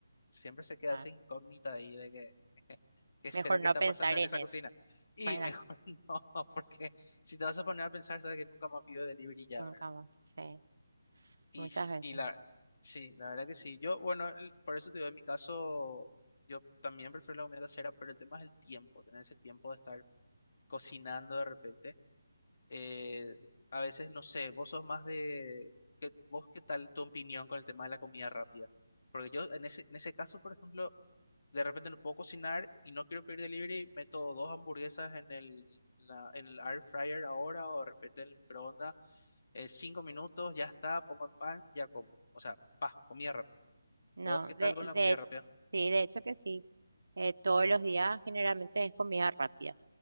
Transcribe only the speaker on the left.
siempre se queda
esa incógnita ahí de que, <laughs> ¿qué será
que
está
pasando en
esa
cocina? Y
mejor <laughs> no, porque si te vas a poner a pensar, sabes que nunca más pido delivery ya,
¿verdad?
Y,
s-
y la, sí, la verdad que sí. Yo, bueno, el- por eso te digo, en mi caso, yo también prefiero la comida casera, pero el tema es el tiempo, tener ese tiempo de estar cocinando de repente. Eh, a veces, no sé, vos sos más de, ¿qué- vos qué tal tu opinión con el tema de la comida rápida? Porque yo en ese, en ese caso, por ejemplo, de repente no puedo cocinar y no quiero pedir delivery, meto dos hamburguesas en el, la- en el air fryer ahora o de repente en el microondas, eh, cinco minutos, ya está, pongo en pan, ya como. O sea, pa, comida rápida.
¿Vos qué
tal con la
comida
rápida?